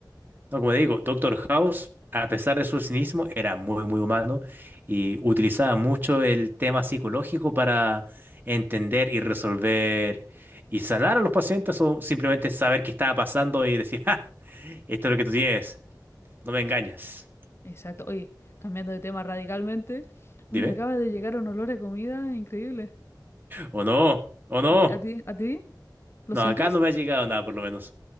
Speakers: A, on the right (about 25°); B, on the left (about 35°).
A: No, como te digo, Doctor House, a pesar de su cinismo, era muy, muy humano y utilizaba mucho el tema psicológico para entender y resolver y sanar a los pacientes o simplemente saber qué estaba pasando y decir, <laughs> ¡ah! Esto es lo que tú tienes, no me engañas.
B: Exacto, oye, cambiando de tema radicalmente,
A: Dime.
B: uy, me acaba de llegar un olor a comida increíble.
A: ¿O no? ¿O no?
B: ¿A ti, a ti, a ti? ¿Lo
A: No,
B: sientes?
A: acá no me ha llegado nada, por lo menos.